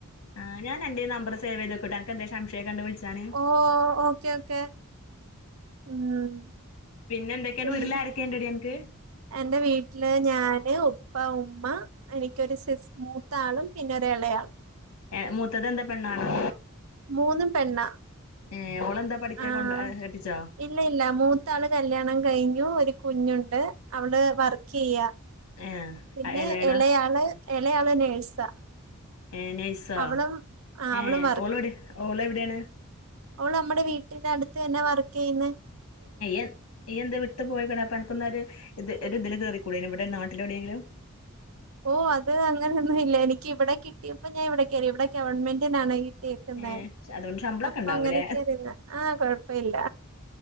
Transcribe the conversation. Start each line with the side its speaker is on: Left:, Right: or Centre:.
Left: ആഹ് ഞനന്റെ നമ്പർ സേവേതെക്കോട്ടോ എനക്ക് എന്തേ ഷംശെ കൊണ്ടേ വിളി ച്ചാണ്
Right: ഓ ഓക്കെ ഓക്കെ ഉം
Left: പിന്നെ എന്തൊക്കെയാണ്
Right: പിന്നെ
Left: വീട്ടിലാരൊക്കെയൊണ്ടടി അനക്ക്
Right: എന്റെ വീട്ടില് ഞാന്, ഉപ്പ, ഉമ്മ എനിക്കൊരു സിസ് മൂത്താളും പിന്നെ എളയാൾ
Left: ഏഹ് മൂത്തത് എന്താ പെണ്ണാണോ
Right: മൂന്നും പെണ്ണാ
Left: ഏഹ് ഓളെന്താ പഠിക്ക
Right: ആഹ്
Left: കൊണ്ട കെട്ടിച്ചോ
Right: ഇല്ല ഇല്ല മൂത്ത ആള് കല്യാണം കഴി ഞ്ഞു ഒരു കുഞ്ഞോണ്ട് അവള് വർക്ക് ചെയ്യാ
Left: ഏഹ്
Right: പിന്നെ
Left: എളേളോ
Right: എളേയാള് എളേയാള് നേഴ്സാ
Left: ഏഹ് നഴ്സോ
Right: അവളും ആഹ് അവളും
Left: ഏഹ് ഓള് എവിടെ ഓള് എവിടെയാണ്
Right: ഓള് നമ്മടെ വീട്ടിന്റെ അടുത്ത് തന്നെ വർക്ക് ചെയ്യന്ന്
Left: എൻ <unintelligible> <unintelligible> അപ്പ അനക്കോന്ന് ഒരു ഇത് ഇതില് കേറി കൂടെ ഇവിടെ നാട്ടില് എവിടെങ്കിലും
Right: ഓ അത് അങ്ങനൊന്നും ഇല്ല എനിക്ക് ഇവിടെ കിട്ടിയപ്പോ ഞാ ഇവിടെ കേറി ഇവിടെ ഗവൺമെന്റിനാണ് കിട്ടിയേക്കുന്നെ
Left: ഏഹ് അതുകൊണ്ട് ശമ്പളൊക്കെ
Right: അപ്പ
Left: ഉണ്ടാവൂലേ
Right: അങ്ങനെ കേറിതാ ആ കൊഴപ്പില്ല